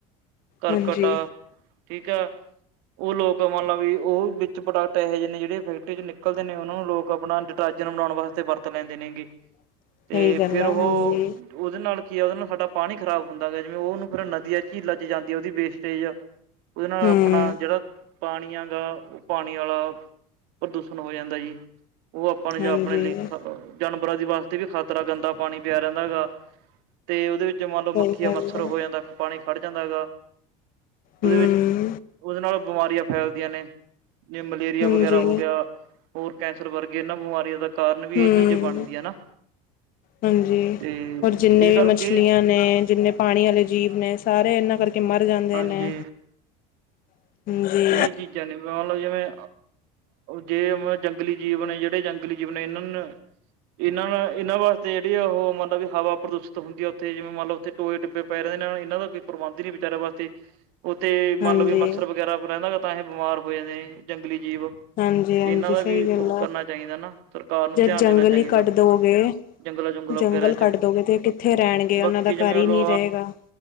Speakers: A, on the right; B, on the left.
A: ਕਰਕਟ
B: ਹਾਂਜੀ
A: ਆ, ਠੀਕ ਆ ਉਹ ਲੋਕ ਮੰਨ ਲਾ ਵੀ ਉਹ ਵਿੱਚ ਪ੍ਰੋਡਕਟ ਇਹੋ ਜਿਹੇ ਨੇ ਜਿਹੜੇ ਫੈਕਟਰੀ ਚ ਨਿਕਲਦੇ ਨੇ, ਉਹਨਾਂ ਨੂੰ ਲੋਕ ਆਪਣਾ ਰਾਜਨ ਬਣਾਉਣ ਵਾਸਤੇ ਵਰਤ ਲੈਂਦੇ ਨੇਗੇ।
B: <inaudible>
A: ਤੇ
B: ਗੱਲ
A: ਫਿਰ
B: ਆ
A: ਉਹ
B: ਹਾਂਜੀ
A: ਉਦੇ ਨਾਲ ਕੀ ਆ, ਉਹਦੇ ਨਾਲ ਸਾਡਾ ਪਾਣੀ ਖਰਾਬ ਹੁੰਦਾ ਗਾ। ਜਿਵੇਂ -ਉਹਨੂੰ ਫਿਰ ਨਦੀਆਂ ਝੀਲਾ ਚ ਜਾਂ ਉਦੀ ਵੇਸਟੇਜ ਆ ਉਹਦੇ ਨਾਲ
B: ਹਮ
A: ਆਪਣਾ ਜਿਹੜਾ ਪਾਣੀਆਂ ਗਾ, ਉਹ ਪਾਣੀ ਆਲਾ ਪ੍ਰਦੂਸ਼ਣ ਹੋ ਜਾਂਦਾ ਜੀ। ਉਹ ਆਪਾਂ ਨੇ
B: ਹਾਂਜੀ
A: ਜਾਂ ਆਪਣੇ ਲਈ
B: ਹਮ
A: ਜਾਨਵਰਾਂ ਦੀ ਵਾਸਤੇ ਵੀ ਖ਼ਤਰਾ ਗੰਦਾ ਪਾਣੀ ਪਿਆ ਰਹਿੰਦਾ ਗਾ ਤੇ ਓਦੇ ਵਿੱਚੋਂ ਮੰਨ ਲਓ ਮੱਖੀ
B: ਸਹੀ
A: ਜਾ
B: ਗੱਲ
A: ਮੱਛਰ ਹੋ
B: ਆ
A: ਜਾਂਦਾ ਪਾਣੀ ਖੜ ਜਾਂਦਾ ਗਾ ਉਹਦੇ
B: ਹਮ
A: ਵਿੱਚ ਉਹਦੇ ਨਾਲੋਂ ਬਿਮਾਰੀਆਂ ਫੈਲਦੀਆਂ ਨੇ, ਜਿਵੇ- ਮਲੇਰੀਆ
B: ਹਾਂਜੀ
A: ਵਗੈਰਾ ਹੋ ਗਿਆ, ਹੋਰ ਕੈਂਸਰ ਵਰਗੇ ਇਹਨਾਂ ਬਿਮਾਰੀਆਂ ਦਾ ਕਾਰਨ ਵੀ
B: ਹਮ
A: ਇਹ ਚੀਜ਼ ਬਣਦੀ ਹੈ ਨਾ।
B: ਹਾਂਜੀ।
A: ਤੇ
B: ਹੋਰ ਜਿੰਨੇ
A: ਇਸ
B: ਵੀ
A: ਕਰਕੇ
B: ਮੱਛਲੀਆਂ ਨੇ ਜਿੰਨੇ ਪਾਣੀ ਆਲੇ ਜੀਵ ਨੇ ਸਾਰੇ ਇਹਨਾਂ ਕਰਕੇ ਮਰ ਜਾਂਦੇ
A: ਹਾਂਜੀ
B: ਨੇ। ਹਾਂਜੀ
A: ਇਹ ਚੀਜ਼ਾਂ ਨੇ ਮਨ ਲੋ ਜਿਵੇਂ ਜੇ ਜੰਗਲੀ ਜੀਵ ਨੇ ਜਿਹੜੇ ਜੰਗਲੀ ਜੀਵ ਨੇ ਇਹਨਾਂ ਨੇ ਇਹਨਾਂ ਨਾ ਇਹਨਾਂ ਵਾਸਤੇ ਜਿਹੜੀ ਉਹ ਮਤਲਬ ਵੀ ਹਵਾ ਪ੍ਰਦੂਸ਼ਤ ਹੁੰਦੀ ਆ ਉੱਥੇ ਜਿਵੇਂ ਮੰਨ ਲੋ ਉੱਥੇ ਟੋਏ ਟਿੱਬੇ ਪੈ ਰੈ ਨੇ ਇਹਨਾਂ ਦਾ ਕੋਈ ਪ੍ਰਬੰਧ ਨੀ ਵਿਚਾਰੇ ਵਾਸਤੇ
B: <inaudible>
A: ਉੱਥੇ ਮੰਨ
B: ਹਾਂਜੀ
A: ਲੌ ਵੀ ਮੱਛਰ ਵਗੈਰਾ ਰਹਿੰਦਾ ਗਾ ਤਾਂ ਹੀ ਬਿਮਾਰ ਹੋਏ ਨੇ ਜੰਗਲੀ ਜੀਵ।
B: ਹਾਂਜੀ
A: ਇਹਨਾਂ
B: ਹਾਂਜੀ
A: ਦਾ
B: ਸਹੀ
A: ਵੀ
B: ਗੱਲ
A: ਉਹ
B: ਆ
A: ਕਰਨਾ ਚਾਹੀਦਾ ਨਾ ਸਰਕਾਰ ਨੂੰ
B: ਜੇ
A: ਧਿਆਨ
B: ਜੰਗਲ
A: ਦੇਣਾ ਚਾਹੀਦਾ।
B: ਹੀ ਕੱਟ ਦੋਗੇ
A: ਜੰਗਲਾਂ ਜੁਗਲਾਂ
B: ਜੰਗਲ
A: ਵਗੈਰਾ 'ਚ
B: ਕੱਢ ਦੋਗੇ ਤੇ ਕਿੱਥੇ ਰਹਿਣਗੇ
A: ਬਾਕੀ
B: ਉਹਨਾਂ ਦਾ
A: ਜਿਵੇਂ
B: ਘਰ ਹੀ
A: ਲੋ
B: ਨਹੀਂ ਰਹੇਗਾ